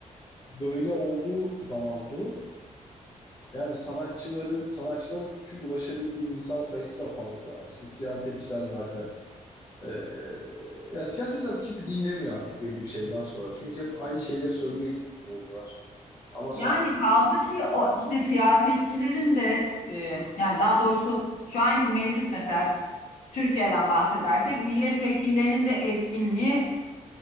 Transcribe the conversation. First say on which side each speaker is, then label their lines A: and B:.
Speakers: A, on the left; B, on the left.
A: böyle olduğu zaman durum yani sanatçıların sanatçıların çünkü ulaşabildiği insan sayısı da fazla. İşte siyasetçiler zaten e, ya siyasetçiler kimse dinlemiyor artık belli bir şeyden sonra. Çünkü hep aynı şeyleri söylüyor gibi oluyorlar. Ama sanat
B: Yani kaldı ki o işte siyasetçilerin de e, yani daha doğrusu şu anki mevcut mesela Türkiye'den bahsedersek milletvekillerinin de etkinliği